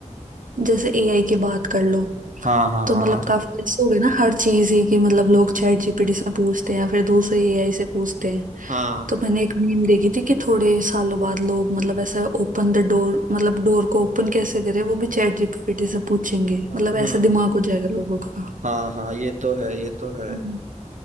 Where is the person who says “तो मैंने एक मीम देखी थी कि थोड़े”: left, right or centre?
Right